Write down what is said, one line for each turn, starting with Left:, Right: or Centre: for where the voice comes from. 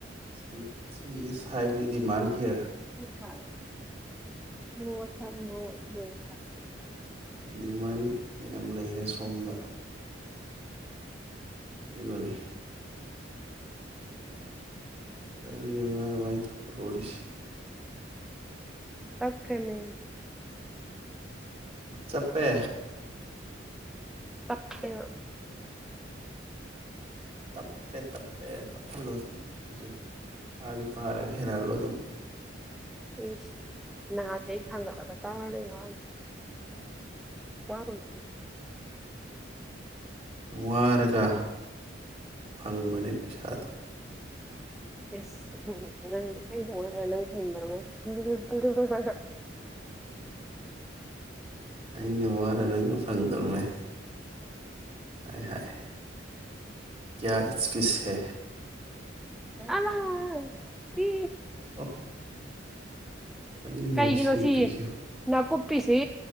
Right: ꯁꯟꯊꯤ ꯏꯁ ꯍꯥꯏꯥꯏꯠ ꯗꯤꯃꯥꯟ ꯍꯤꯌꯔ
Centre: ꯃ ꯊ ꯃ ꯃ ꯊ
Right: ꯗꯤꯃꯥꯟ ꯌꯥꯝ ꯂꯩꯔꯦ ꯁꯣꯝꯗ ꯑꯗꯨꯅꯅꯦ ꯀꯔꯤ ꯃꯃꯤꯃꯔ ꯃꯥꯥꯏ ꯊ ꯔꯣꯂꯤꯁ
Centre: ꯑꯈꯅꯦ
Right: ꯆꯞꯄꯦ
Centre: ꯇꯞꯦꯕ
Right: ꯇꯄꯦ ꯇꯞ ꯇꯞꯍꯜꯂꯣ ꯑꯗꯨꯝ ꯍꯧꯖꯤꯛꯝ ꯃꯥꯔꯦ ꯍꯦꯔꯜꯂꯣ ꯑꯗꯨꯝ
Centre: ꯎ ꯅꯍꯥꯗꯤ ꯑꯩ ꯊꯥꯡꯒꯠꯂꯒ ꯇꯥꯔꯔꯣꯏ ꯃꯥꯅꯤ ꯀꯅꯥ ꯄꯨꯁ
Right: ꯅꯨꯉ ꯔꯒꯥ ꯐꯪꯕ ꯄꯩꯁ ꯍꯥꯗ
Centre: ꯁ ꯅꯪ ꯑꯩ ꯅꯪ ꯍ
Right: ꯑꯩꯩꯅ ꯋꯥꯔꯦ ꯅꯪꯅ ꯐꯪ ꯇꯔꯃꯦ ꯍꯥꯏ ꯍꯥꯏ ꯀꯌꯥ ꯑꯦꯁꯀ꯭ꯌꯨꯁꯁ
Centre: ꯑꯅꯥ ꯄꯤ
Right: ꯑꯣ ꯀꯔꯤꯅꯣ
Centre: ꯀꯩꯒꯤꯅꯣ
Right: ꯁꯤ ꯅꯨꯄꯤꯁꯨ
Centre: ꯁꯤꯌꯦ ꯅꯥꯀꯨꯞ ꯅꯥꯨꯞꯄꯤꯁꯤ